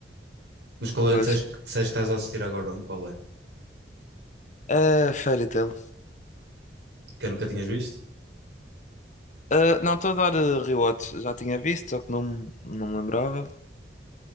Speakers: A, on the right (about 70°); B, on the left (about 45°).
A: Mas qual é?
B: Pois.
A: Disseste que disseste que estás a assistir agora um? Qual é?
B: É, Fairy Tail.
A: Que eu nunca tinhas visto?
B: Ah, não, estou a dar eh, rewatch. Já tinha visto, só que não, me- não me lembrava.